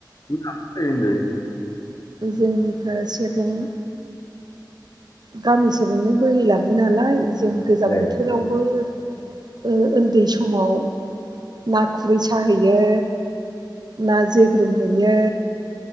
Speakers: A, on the left; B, on the right.
A: <unintelligible> होनजायो।
B: जोंनि खा सेरजों गामिसेरजोंनो बोहैलाङो नालाय जों गोजां
A: ए
B: बोथोरावबो ओ उन्दै समाव ना खुरै साहैयो, ना जोग्रोमहैयो,